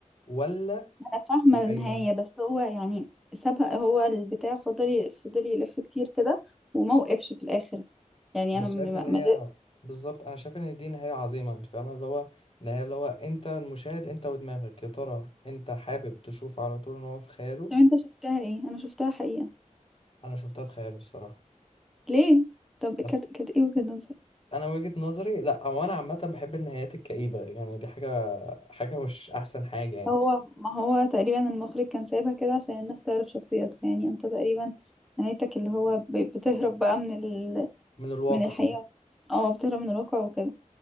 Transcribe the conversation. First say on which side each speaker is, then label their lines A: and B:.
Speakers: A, on the left (about 45°); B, in the centre.
A: ولا
B: أنا فاهمة
A: الحقيقة
B: النهاية بس هو يعني سابها هو البتاع فضل فضل يلف كتير كده وموقفش في الآخر يعني
A: انا
B: انا
A: شايف
B: ما
A: ان
B: ما-
A: هي بالظبط انا شايف ان دي نهاية عظيمة انت فاهم اللي هو نهاية اللي هو انت المشاهد انت ودماغك يا ترى انت حابب تشوفه على طول ان هو في خياله
B: طب انت شفتها ايه انا شفتها حقيقة
A: انا شفتها في خياله الصراحة
B: ليه طب كانت
A: بس
B: كانت ايه وجهة نظرك
A: انا وجهة نظري لا هو انا عامة بحب النهايات الكئيبة يعني دي حاجة حاجة مش احسن حاجة يعني
B: هو ما هو تقريبا المخرج كان سايبها كده عشان الناس تعرف شخصيتها يعني انت تقريبا نهايتك اللي هو ب- بتهرب بقى من ال...
A: من الواقع
B: من الحقيقة اه بتهرب من الواقع وكده